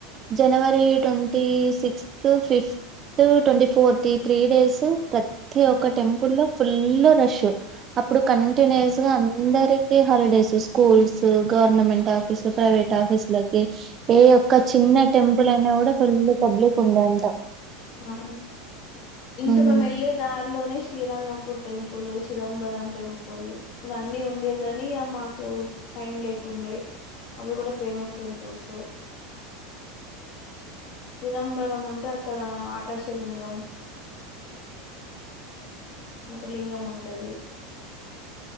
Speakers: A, on the right; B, on the left.
A: జనవరి twenty sixth, fifth, twenty fourth, ఈ త్రీ డేస్. ప్రతి
B: మ్
A: ఒక్క టెంపుల్ లో. ఫుల్ రష్ అప్పుడు. కంటిన్యూస్ గా అందరు. Holidays schools, government office, private office ల కి ఏ యొక్క చిన్న టెంపుల్ అయినా అయినా కూడా ఫుల్ పబ్లిక్ ఉందంటా.
B: అవును, ఇంకా
A: ఉమ్.
B: మేము వెళ్ళేదారిలోనే శ్రీరంగపూర్ టెంపుల్, చిదంబరం టెంపుల్, ఇవన్నీ ఉండే గాని మాకు టైం లేకుండే, అవి కూడా ఫేమస్ టెంపుల్స్, చిదంబరం అంటే అక్కడ. ఆకాశలింగం, ఒక లింగం ఉంటుంది.